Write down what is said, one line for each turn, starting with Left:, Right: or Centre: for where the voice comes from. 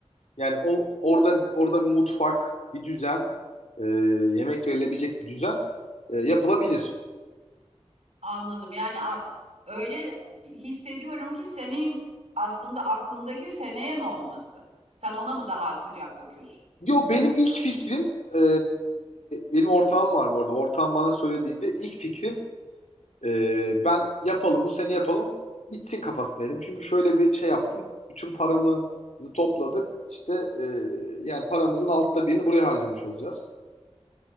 Left: Yani o orada orada bir mutfak, bir düzen, e, yemek verilebilecek bir düzen e, yapılabilir.
Right: Anladım. Yani a- öyle hissediyorum ki senin aslında aklındaki seneye mi olması? Sen ona mı daha sıcak bakıyorsun?
Left: Yo benim ilk fikrim e, benim ortağım var bu arada. Ortağım bana söylediğinde ilk fikrim e, ben yapalım bu sene yapalım bitsin kafasındaydım. Çünkü şöyle bir şey yaptım. Bütün paramızı topladık. İşte e, yani paramızın altta birini buraya harcamış olacağız.